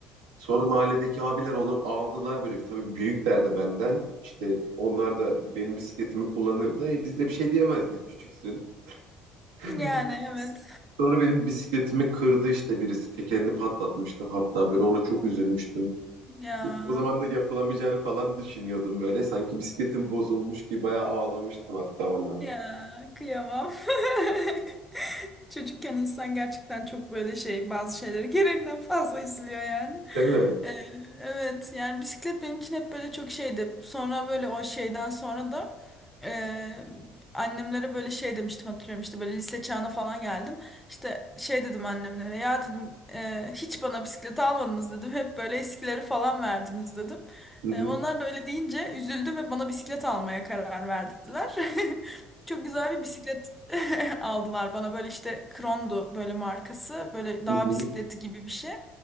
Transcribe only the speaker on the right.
Sonra mahalledeki abiler onu aldılar böyle bir tabii büyükler de benden. İşte onlar da benim bisikletimi kullanırdı. E, biz de bir şey diyemezdik küçüksün. <laughs>
Sonra benim bisikletimi kırdı işte birisi tekerini patlatmıştı hatta böyle ona çok üzülmüştüm.
O zaman da yapılamayacağını falan düşünüyordum böyle. Sanki bisikletim bozulmuş gibi bayağı ağlamıştım hatta ona.
Değil mi?
Hı hı,
hı hı.